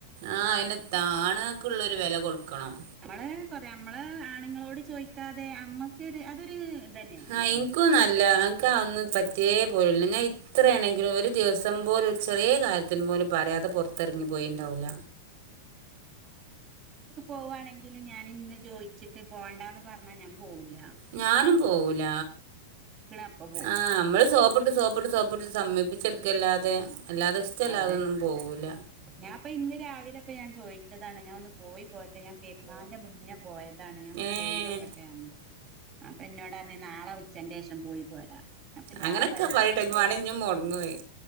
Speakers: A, on the right; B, on the right.
A: ആഹ് അയിനത്താണുങ്ങൾക്കുള്ള ഒരു വെല കൊടുക്കണം
B: അമ്മള് അമ്മള് ആണുങ്ങളോട് ചോയിക്കാതെ അമ്മ അതൊരു ഇതന്നെ അല്ലെ
A: ആഹ് ഇൻക്കും നല്ല ഇൻക്ക് അതൊന്നും പറ്റേ പോലുല്ല ഞാൻ ഇത്രയാണെങ്കിലും ഒരു ദിവസം പോലു ഒരു ചെറിയ കാര്യ ത്തിന് പോലും പറയാതെ പുറത്തിറങ്ങി പോയിണ്ടാവൂല
B: പോവുവാണെങ്കിൽ ഞാൻ ഇങ്ങ ചോദിച്ചിട്ട് പോണ്ടാ എന്ന് പറഞ്ഞാൽ ഞാ പോകൂല
A: ഞാനും പോവൂല
B: അപ്പ പോവും
A: ആഹ് അമ്മള് സോപ്പിട്ട് സോപ്പിട്ട് സോപ്പ് സമ്മയിപ്പിച്ചെടുക്കെല്ലാതെ അല്ലാതെ ഇഷ്ടല്ലാതൊന്നും
B: അതെ
A: പോവൂല
B: ഞാൻ ഇപ്പ ഇന്ന് രാവിലെ ഇപ്പൊ ഞാൻ ചോയിച്ചതാണ് ഞാൻ ഒന്ന് പോയി പോയട്ടെ ഞാൻ പെരുന്നാളിന്റെ മുന്നേ പോയതാണ് ഞാൻ ഒന്ന്
A: ഏഹ്
B: പോയി ഓക്കട്ടെ എന്ന് അപ്പൊ എന്നോട് പറഞ്ഞ് നാളെ ഉച്ചന്റേഷം പോയി പോരാ അപ്പൊ ഞാൻ
A: അങ്ങനൊക്കെ
B: വരാ ഇങ്ങളെപ്പ
A: പറയട്ടെ ഇനി
B: പോ
A: വാണേ ഇഞ്ഞും മൊടങ്ങും അത്